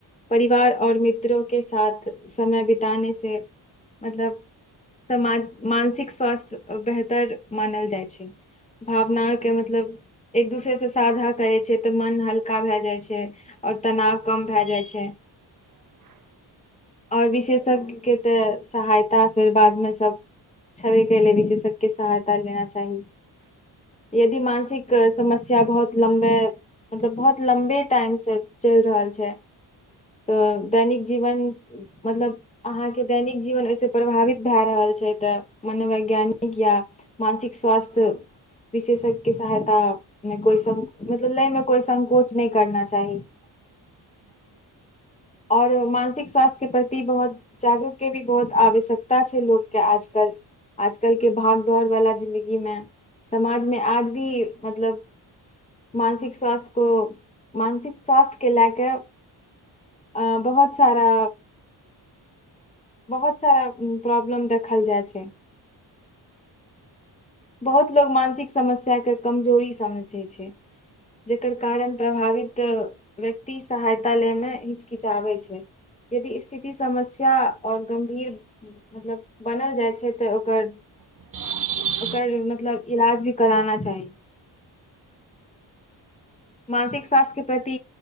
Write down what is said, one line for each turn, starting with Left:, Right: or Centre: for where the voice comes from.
Left: परिवार आऔर मित्रो के साथ समय बिताने से मतलब समाज मानसिक स्वास्थ्य बेहतर मानल जाइ छै भावनाके मतलब एक दूसरेसँ साझा करै छै तऽ मन हल्का भए जाइ छै आओर तनाव कम भए जाइ छै
Right: <inaudible>
Left: आओर विशेषज्ञके तऽ सहायता फेर बादमे सभ छवि के लेल विशेषज्के सहायता लेना चाही यदि मानसिक समस्या बहुत लम्बे मतलब बहुत लम्बे टाइम सँ चलि रहल छै तऽ दैनिक जीवन मतलब अहाँके दैनिक जीवन ओहिस प्रभावित भए रहल छै तऽ मनोवैज्ञानिक या मानसिक स्वास्थ्य विशेषज्ञके सहायतामे कोइ सं मतलब लैमे कोइ संकोच नहि करना चाही
Right: <inaudible>
Left: आओर मानसिक स्वास्थ्य के प्रति बहुत जागरूक के भी बहुत आवश्यकता छै लोकके आजकल आजकल के भाग दौड़ वालला जिंन्दगी मे समाजमे आज भी मतलब मानसिक स्वास्थ्य को मानसिक स्वास्थ्य केँ लए कऽ आ बहुत सारा बहुत सारा प्रॉब्लम देखल जाइ छै बहुत लोको मानसिक समस्या के कमजोरी समझै छै जकर कारण प्रभावित व्यक्ति सहायता लेमे हिचकिचाबै छै यदि स्थिति समस्या आओर गम्भीर मतलब बनल जाइ छै तऽ ओकर
Right: <inaudible>
Left: ओकर मतलब इलाज भी कराना चाही मानसिक स्वास्थ्यके प्रति